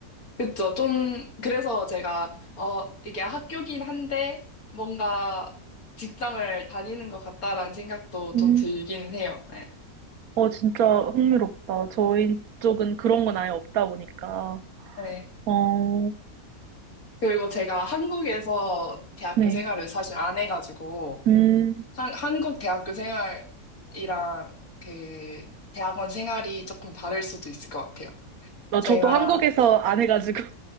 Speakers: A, on the left; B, on the right.
A: 그쵸. 좀, 그래서 제가, 어, 이게 학교긴 한데, 뭔가 직장을 다니는 것 같다라는 생각도
B: 음,
A: 좀 들기는 해요. 네.
B: 어, 진짜 흥미롭다. 저희 쪽은 그런 건 아예 없다 보니까.
A: 네.
B: 어,
A: 그리고 제가 한국에서 대학교
B: 네.
A: 생활을 사실 안 해가지고,
B: 음,
A: 한, 한국 대학교 생활이랑 그 대학원 생활이 조금 다를 수도 있을 것 같아요.
B: 어,
A: 제가,
B: 저도 한국에서 안 해가지고.